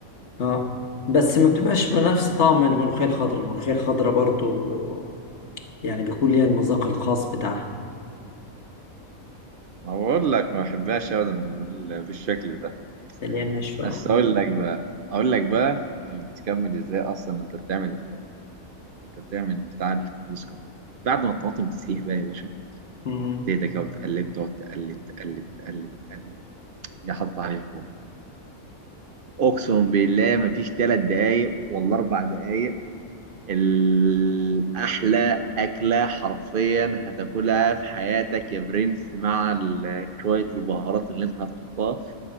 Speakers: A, on the left; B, on the right.
A: اه بس ما بتبقاش بنفس طعم الملوخية الخضراء، الملوخية الخضراء برضو يعني بيكون ليها المذاق الخاص بتاعها
B: أقول لك ما بحبهاش أبدا بال- بالشكل ده
A: اللي هي الناشفة اه
B: بس أقول لك بقى أقول لك بقى بتكمل إزاي أصلا أنت بتعمل ال- أنت بتعمل بتاع الكفر اسكندر بعد ما الطماطم تسيح بقى يا باشا
A: مم.
B: تهدى كده وتقلب تقعد تقلب تقلب تقلب تقلب تيجي حاطط عليه الفول أقسم بالله مفيش تلات دقايق ولا أربع دقايق الأحلى أكلة حرفيا هتاكلها في حياتك يا برنس مع ال- شوية البهارات اللي أنت هتحطها